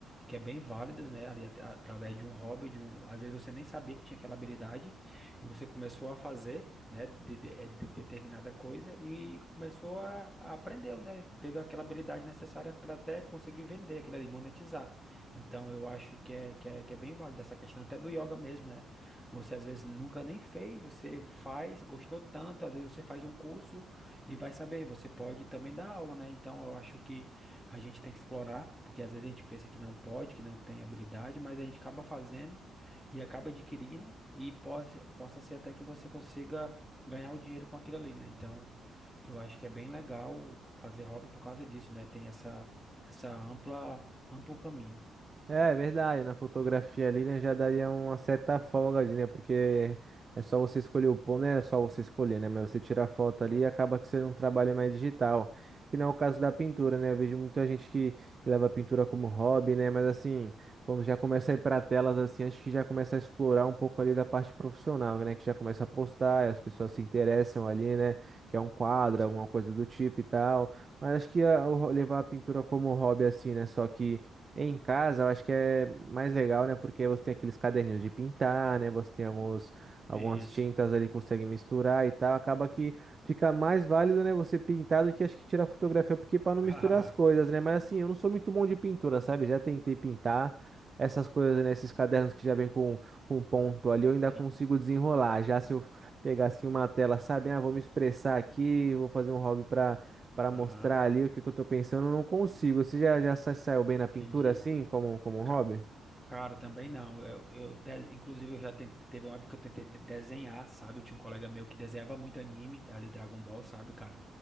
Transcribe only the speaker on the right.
É, é verdade, na fotografia ali, né, já daria uma certa folga ali, né, porque é só você escolher o ponto, né, é só você escolher, né, mas você tira a foto ali e acaba que você não trabalha mais digital, que não é o caso da pintura, né, eu vejo muita gente que, que leva a pintura como hobby, né, mas assim, quando já começa a ir para telas, assim, acho que já começa a explorar um pouco ali da parte profissional, né, que já começa a postar, e as pessoas se interessam ali, né, que é um quadro,
alguma coisa do tipo e tal, mas acho que ah, o- levar a pintura como hobby, assim, né, só que em casa, eu acho que é mais legal, né? Porque você tem aqueles caderninhos de pintar, né? Você tem alguns, algumas
tintas ali que você consegue misturar e tal. Acaba que fica mais válido, né? Você pintar do que acho que tirar fotografia, porque para não misturar
as coisas, né? Mas assim, eu não sou muito bom de pintura, sabe? Já tentei pintar essas coisas, né? Esses cadernos que já vem com um ponto ali, eu ainda
consigo desenrolar. Já se eu pegasse uma tela, sabe? Ah, vou me expressar aqui, vou fazer um hobby para Pra
mostrar ali o que que eu tô pensando, eu não consigo. Você já, já sa- saiu bem na
pintura assim, como, como um hobby?